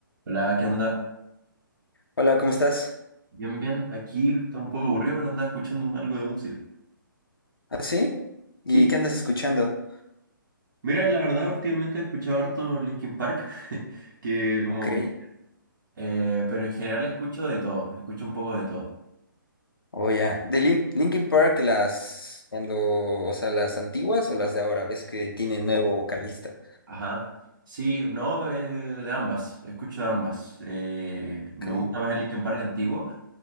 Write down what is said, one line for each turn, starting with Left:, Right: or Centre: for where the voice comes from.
Right: Hola, ¿qué onda?
Left: Hola, ¿cómo estás?
Right: Bien, bien. Aquí está un poco aburrido, pero andaba escuchando un- algo de música.
Left: ¿Ah, sí? ¿Y
Right: Sí,
Left: qué andas escuchando?
Right: mira, la verdad, últimamente he escuchado harto Linkin Park, <laughs> que como...
Left: Ok.
Right: eh, pero en general escucho de todo, escucho un poco de todo.
Left: O ya. De Lin- Linkin Park, las cuando, o sea, las antiguas o las de ahora, ves que tiene nuevo vocalista.
Right: Ajá. Sí, no, eh, de ambas, escucho de ambas. Eh, me
Left: Ok.
Right: gusta más el Linkin Park antiguo,